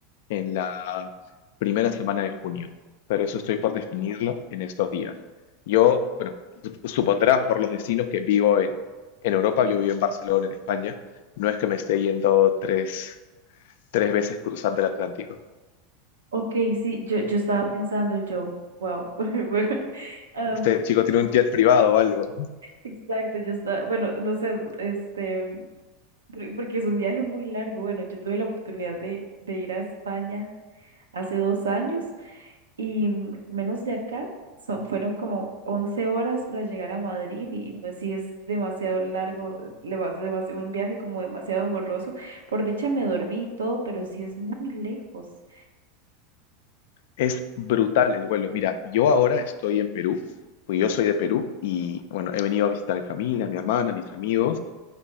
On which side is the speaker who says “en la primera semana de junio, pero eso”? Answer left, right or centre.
Left